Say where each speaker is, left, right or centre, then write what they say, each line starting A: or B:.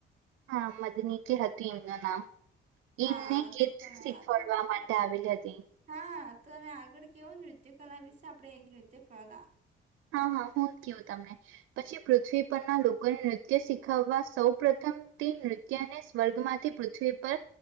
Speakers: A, on the right; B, on the right.
A: હા મદની કે હતું એમનું નામ. ઈમને
B: હા
A: કીટ
B: તો તમે
A: શીખવાડવા
B: આગળ કહો
A: માટે આવેલી હતી્
B: હા તમે આગળ કેવો નૃત્ય કલા વિશે આપણે એક નૃત્ય કલા.
A: હા હા હું કવું તમને પછી પૃથ્વી પરના લોકોને નૃત્ય શીખવા સૌ પ્રથમ તે નૃત્યને સ્વર્ગ માંથી પૃથ્વી પર